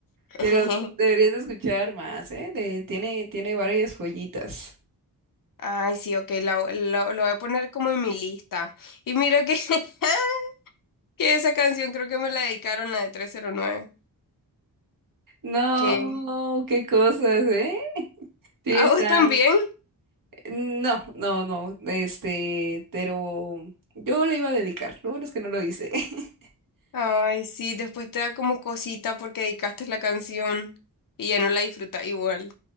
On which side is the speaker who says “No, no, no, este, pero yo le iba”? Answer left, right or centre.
Right